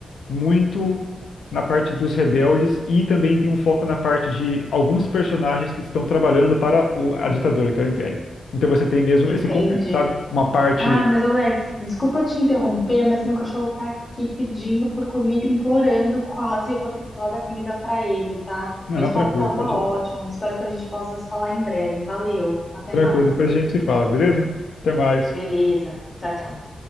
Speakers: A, on the left; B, on the left.
A: muito na parte dos rebeldes e também tem um foco na parte de alguns personagens que estão trabalhando para o- a ditadura, que é o Império. Então você tem mesmo
B: entendi.
A: esse conflito, sabe? Uma parte.
B: Ah, mas Alex, desculpa te interromper, mas meu cachorro tá aqui pedindo por comida, implorando quase. Eu vou ter que ir lá dar comida pra ele, tá?
A: Não,
B: Mas
A: não,
B: o
A: tranquilo,
B: papo tava
A: pode
B: ótimo.
A: ir lá.
B: Espero que a gente possa se falar em breve. Valeu, até
A: Tranquilo,
B: mais.
A: depois a gente se fala, beleza? Até mais.
B: Beleza, tchau, tchau.